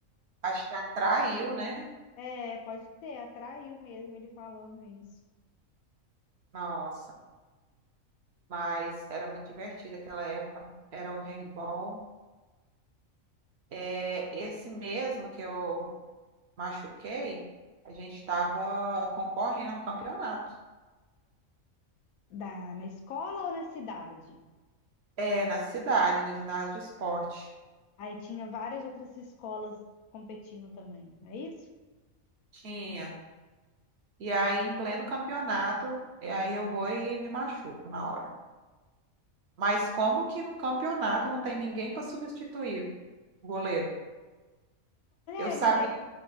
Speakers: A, on the right (about 60°); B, on the left (about 85°).
A: acho que atraiu, né?
B: É, é, pode ser, atraiu mesmo ele falando isso.
A: Nossa. mas era muito divertido aquela época. Era o handball. É, esse mesmo que eu machuquei, a gente estava concorrendo a um campeonato.
B: Da, na escola ou na cidade?
A: É, na cidade, no ginásio de esporte.
B: Aí tinha várias outras escolas competindo também, não é isso?
A: Tinha. E aí, em pleno campeonato, e aí eu vou e me machuco na hora. Mas como que num campeonato não tem ninguém para substituir o goleiro? Eu
B: É,
A: sabia,
B: mas é,